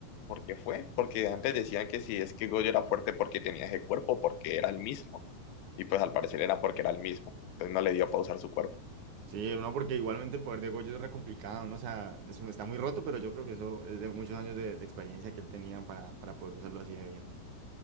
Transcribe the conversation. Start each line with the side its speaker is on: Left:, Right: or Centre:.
Left: ¿por qué fue? Porque antes decían que si es que Goyo era fuerte porque tenía ese cuerpo, porque era el mismo. Y pues al parecer era porque era el mismo. Entonces no le dio para usar su cuerpo.
Right: Sí, no, porque igualmente el poder de Goyo es re complicado, ¿no? O sea, es un- está muy roto, pero yo creo que eso es de muchos años de, de experiencia que él tenía para, para poder usarlo así de bien.